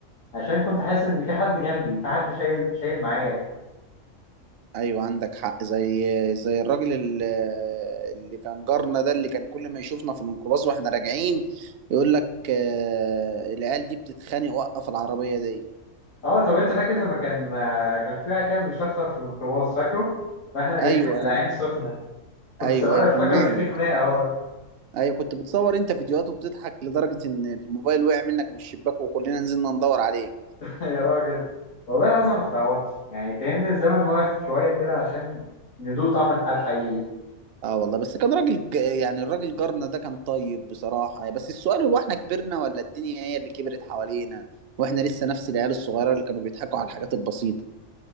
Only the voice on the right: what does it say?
ايوه عندك حق زي زي الراجل ال- اللي كان جارنا ده اللي كان كل ما يشوفنا في الميكروباص واحنا راجعين يقول لك آه، العيال دي بتتخانق وقف العربيه دي
ايوه
ايوه
ايوه ايوه
كان نايم
ايوه كنت بتصور انت فيديوهات وبتضحك لدرجه ان الموبايل وقع منك من الشباك وكلنا نزلنا ندور عليه
اه والله بس كان راجل ج... يعني الراجل جارنا ده كان طيب بصراحة بس السؤال هو احنا كبرنا ولا الدنيا هي اللي كبرت حوالينا واحنا لسه نفس العيال الصغيرة اللي كانوا بيضحكوا على الحاجات البسيطة